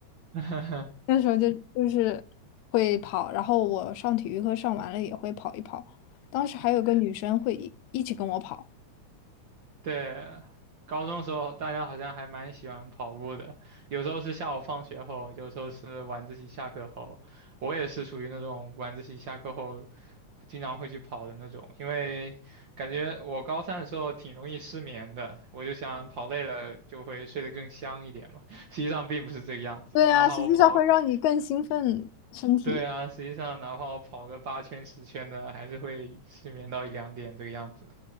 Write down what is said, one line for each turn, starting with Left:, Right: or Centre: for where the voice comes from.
Right: <laughs>
Left: <laughs> 那时候就就是会跑，然后我上体育课上完了也会跑一跑。当时还有个女生会一一起跟我跑。
Right: 对，高中的时候大家好像还蛮喜欢跑步的，有时候是下午放学后，有时候是晚自习下课后。我也是属于那种晚自习下课后经常会去跑的那种，因为感觉我高三的时候挺容易失眠的，我就想跑累了就会睡得更香一点嘛。实际上并不是这个样子，
Left: 对啊，
Right: 哪怕我跑，
Left: 实际上会让你更兴奋身体。
Right: 对啊，实际上哪怕我跑个八圈十圈的，还是会失眠到一两点这个样子。